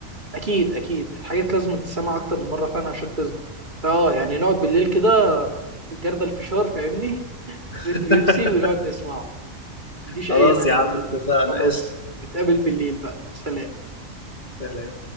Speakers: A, on the right; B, on the left.
A: اكيد اكيد الحاجات لازم تتسمع اكتر من مره فعلا عشان تثبت فاه يعني نقعد بالليل كده جردل الفشار فاهمني
B: <laughs>
A: ريت البيبسي ونقعد نسمعه ما عنديش
B: خلاص
A: اي مانع
B: يا عم اتفقنا
A: خلاص
B: قشطة
A: نتقابل بالليل بقى سلام
B: سلام